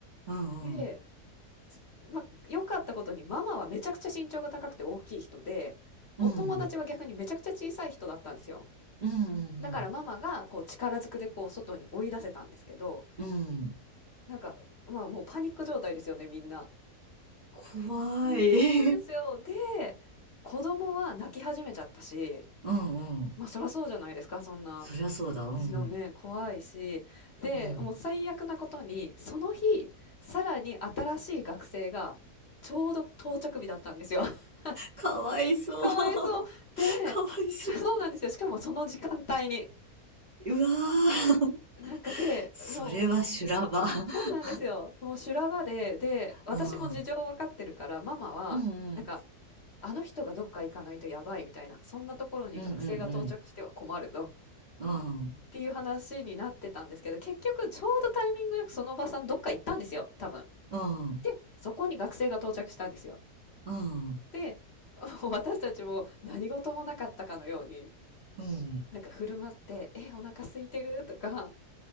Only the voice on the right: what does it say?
うん。
うん。
うん。うん。
うん。
怖い。
<laughs>
うんうん。
そりゃそうだ。うん。
うん。
かわいそう。
<laughs>
かわいそう。
うわー。
<laughs> それは修羅場。
<laughs>
うん。
うん、うん。
うん、うん、うん。
うん、
うん、
うん。
うん。